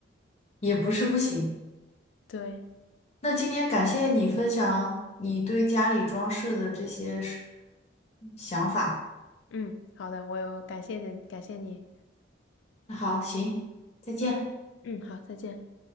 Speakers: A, on the left; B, on the left.
A: 也不是不行。
B: 对，
A: 那今天感谢你分享你对家里装饰的这些是想法。
B: 嗯，好的，我有感谢你，感谢你，
A: 那好，行，再见。
B: 嗯，好，再见。